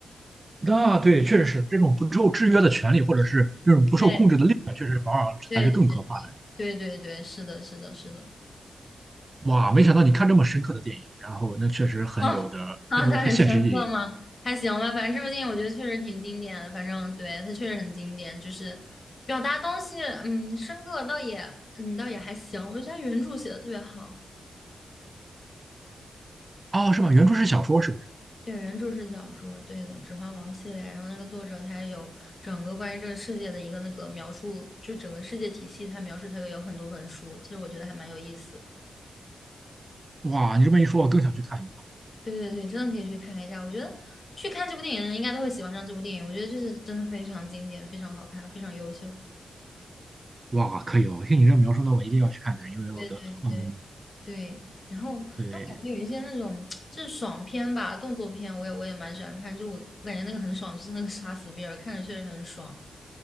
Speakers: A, on the right; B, on the left.
A: 那对，确实是这种不受制约的权利，或者是这种不受控制的力量，
B: 对。
A: 确实往往还是更可怕
B: 对对对对，是的，是的，是的。
A: 的。哇，没想到你看这么深刻的电影，然后那确实很有的，
B: <laughs> 啊啊，
A: 很有很现实意义。
B: 它很深刻吗？还行吧，反正这部电影我觉得确实挺经典的。反正对它确实很经典，就是表达东西，嗯，深刻倒也，嗯，倒也还行。我觉得它原著写的特别好。
A: 哦，是吧？原著是小说，是不是？
B: 对，原著是小说，对的，《指环王》系列。然后那个作者他有整个关于这个世界的一个那个描述，就整个世界体系，他描述他也有很多本书。其实我觉得还蛮有意思的。
A: 哇，你这么一说，我更想去看一看。
B: 对对对，真的可以去看一下。我觉得去看这部电影的人应该都会喜欢上这部电影。我觉得这是真的非常经典，非常好看，非常优秀。
A: 哇，可以哦！听你这描述，那我一定要去看看，因为我的，
B: 对对，
A: 嗯，
B: 对，然后那我感觉有一些那种就是爽片吧，
A: 对，
B: 动作片，我也我也蛮喜欢看。就我我感觉那个很爽，就是那个杀死比尔，看着确实很爽。